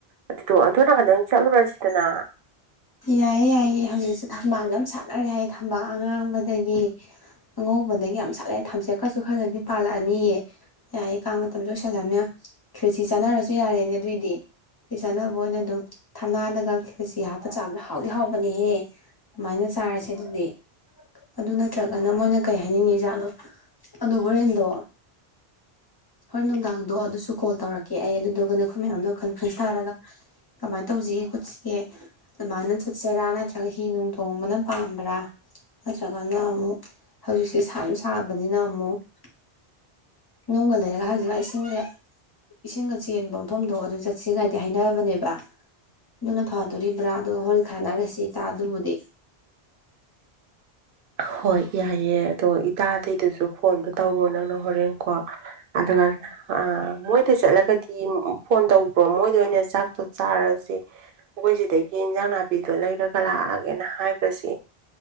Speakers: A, on the right; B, on the left.
A: ꯑꯗꯨꯗꯣ <unintelligible> ꯆꯠꯂꯨꯔꯁꯤꯗꯅ
B: ꯌꯥꯏꯌꯦ ꯌꯥꯏꯌꯦ ꯍꯧꯖꯤꯛꯁꯦ ꯊꯝꯕꯥꯜ ꯌꯥꯝ ꯁꯥꯠꯅꯔꯦ ꯍꯥꯏꯌꯦ ꯃꯥ ꯑꯉꯥꯡꯕꯗꯒꯤ ꯑꯉꯧꯕꯗꯒꯤ ꯌꯥꯝ ꯁꯥꯠꯂꯦ ꯊꯝꯆꯦꯠꯀꯥꯁꯨ ꯈꯔꯂꯩꯔꯗꯤ ꯄꯥꯜꯂꯛꯑꯅꯤꯌꯦ <unintelligible> ꯀꯥꯡ ꯃꯇꯝ ꯂꯣꯏꯁꯜꯂꯛ <unintelligible> ꯈꯦꯆꯤ ꯆꯥꯅꯔꯁꯨ ꯌꯥꯔꯦꯅꯦ ꯑꯗꯨꯏꯗꯤ ꯈꯦꯆꯤ ꯆꯥꯟꯅꯕ ꯑꯣꯏꯅ ꯑꯗꯨꯝ ꯊꯝꯅꯥꯗꯒ ꯈꯦꯆꯤ ꯍꯥꯞ ꯆꯥꯕꯗ ꯍꯥꯎꯗꯤ ꯍꯥꯎꯕꯅꯦꯍꯦ ꯑꯗꯨꯃꯥꯏꯅ ꯆꯥꯔꯁꯦ ꯑꯗꯨꯗꯤ ꯑꯗꯨ ꯅꯠꯇ꯭ꯔꯒꯅ ꯃꯣꯏꯅ ꯀꯩ ꯍꯥꯏꯅꯤꯡꯉꯤ ꯖꯥꯠꯅꯣ ꯑꯗꯣ ꯍꯣꯔꯦꯟꯗꯣ ꯍꯣꯏ ꯅꯨꯡꯗꯥꯡꯗꯣ ꯑꯗꯨꯁꯨ ꯀꯣꯜ ꯇꯧꯔꯛꯀꯦ ꯑꯩ ꯑꯗꯨꯗꯨꯒ ꯅꯈꯣꯏ ꯃꯌꯥꯝꯗꯣ ꯀꯟꯐ꯭ꯔꯦꯟꯁ ꯊꯥꯔꯒ ꯀꯃꯥꯏꯅ ꯇꯧꯁꯤꯒꯦ ꯈꯣꯠꯁꯤꯒꯦ ꯑꯗꯨꯃꯥꯏꯅ ꯆꯠꯁꯤꯔꯥ ꯅꯠꯇ꯭ꯔꯒ ꯍꯤ ꯅꯨꯡ ꯇꯣꯡꯕꯅ ꯄꯥꯝꯕ꯭ꯔꯥ ꯅꯠꯇ꯭ꯔꯒꯅ ꯑꯃꯨꯛ ꯍꯧꯖꯤꯛꯁꯦ ꯁꯥꯁꯨ ꯁꯥꯕꯅꯤꯅ ꯑꯃꯨꯛ <unintelligible> ꯅꯨꯡꯒ ꯂꯩꯔꯒ <unintelligible> ꯏꯁꯤꯡꯒ ꯏꯁꯤꯡꯒ ꯆꯦꯟꯕ ꯃꯐꯝꯗꯣ ꯑꯗꯨ ꯆꯠꯁꯤꯒꯥꯏꯗꯤ ꯍꯥꯏꯔꯕꯅꯦꯕ ꯑꯗꯨꯅ ꯐꯗꯣꯔꯤꯕ꯭ꯔꯥ ꯍꯣꯏ ꯈꯟꯅꯔꯁꯤ ꯏꯇꯥ ꯑꯗꯨꯕꯨꯗꯤ
A: ꯍꯣꯏ ꯌꯥꯏꯑꯦ ꯑꯗꯣ ꯏꯇꯥ ꯑꯗꯩꯗꯨꯁꯨ ꯐꯣꯟꯗꯣ ꯇꯧꯔꯣ ꯅꯪꯅ ꯍꯣꯔꯦꯟꯀꯣ ꯑꯗꯨꯒ ꯑ ꯃꯣꯏꯗ ꯆꯠꯂꯒꯗꯤ ꯐꯣꯟ ꯇꯧꯕ꯭ꯔꯣ ꯃꯣꯏꯗ ꯑꯣꯏꯅ ꯆꯥꯛꯇꯣ ꯆꯥꯔꯁꯤ ꯑꯈꯣꯏ ꯁꯤꯗꯒꯤ ꯏꯟꯖꯥꯡ ꯅꯥꯄꯤꯗꯣ ꯂꯩꯔꯒ ꯂꯥꯛꯑꯒꯦꯅ ꯍꯥꯏ ꯈꯁꯤ